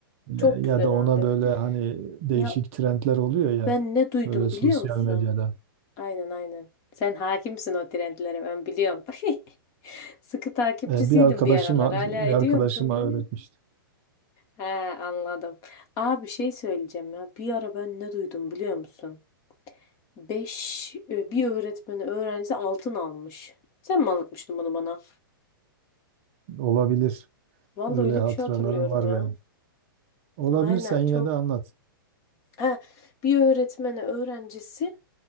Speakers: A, on the right; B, on the left.
A: ya,
B: Çok
A: ya
B: güzel
A: da ona
B: abi.
A: böyle hani değişik
B: Ya
A: trendler oluyor ya
B: ben ne duydum
A: böyle sosyal
B: biliyor musun?
A: medyada.
B: Aynen aynen. Sen hakimsin o trendlere ben biliyorum. <laughs> Sıkı takipçisiydim
A: E, bir arkadaşım
B: bir aralar. Hala ediyor
A: bir arkadaşıma
B: musun bilmiyorum.
A: öğretmişti.
B: He anladım. Aa bir şey söyleyeceğim ya. Bir ara ben ne duydum biliyor musun? Beş, e, bir öğretmeni öğrencisi altın almış. Sen mi anlatmıştın bunu bana?
A: Olabilir.
B: Vallahi
A: Öyle
B: öyle
A: hatıralarım
B: bir şey hatırlıyorum
A: var
B: ya.
A: benim. Olabilirsen
B: Aynen
A: yine
B: çok.
A: de anlat.
B: Ha, bir öğretmeni öğrencisi